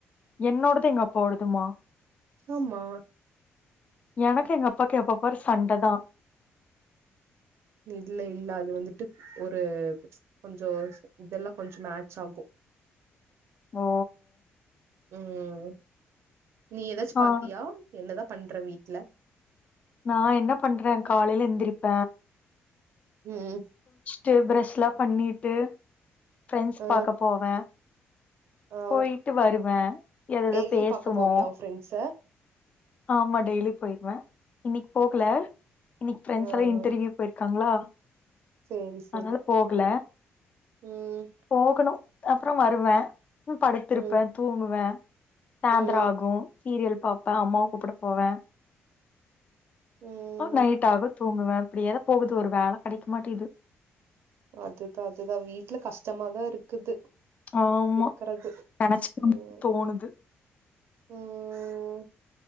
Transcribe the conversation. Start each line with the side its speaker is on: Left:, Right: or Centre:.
Left: என்னோடது எங்க அப்பாவோடதுமா
Right: ஆமா
Left: எனக்கு எங்க அப்பாக்கு எப்பப்பரு சண்டதா
Right: இல்ல இல்ல அது வந்துட்டு ஒரு கொஞ்சோ இதெல்லா கொஞ்சோ மேச் ஆகு
Left: ஓ
Right: ம் நீ ஏதாச்சி
Left: ஆ
Right: பாத்தியா என்னதா பண்ற வீட்ல
Left: நா என்ன பண்ற காலைல எந்திரிப்ப
Right: ம் ம்
Left: டு ப்ரெஷ்லா பண்ணிட்டு ஃரெண்ட்ஸ்
Right: ஆ
Left: பாக்க போவ
Right: ஆ
Left: போயிட்டு வருவ எதேதோ
Right: டெய்லி
Left: பேசுவோ
Right: பாக்க போவியா உன் ஃப்ரெண்ட்ஸ
Left: ஆமா டெய்லி போயிருவ இன்னிக் போகல இன்னிக்கு ஃரெண்டஸ்ஸெல்லா
Right: ஆ
Left: இன்டர்வியூ
Right: ஆ
Left: போயிருக்களா
Right: சேரி சேரி
Left: அதனால போகல
Right: ம்
Left: போகணு அப்றோ வருவ படுத்துருப்ப
Right: ம்
Left: தூங்குவ சாந்ரோ
Right: ம்
Left: ஆகு சீரியல் பாப்ப அம்மாவ கூப்புட போவ
Right: ம்
Left: அ நைட் ஆக தூங்குவ இப்படியேதா போகுது ஒரு வேல கெடைக்க மாட்டேது
Right: அதுதா அதுதா வீட்ல கஷ்டமாதாருக்குது
Left: ஆமா
Right: இருக்கறது
Left: நெனச்சு பாக்க
Right: ம்
Left: தோணுது
Right: ம்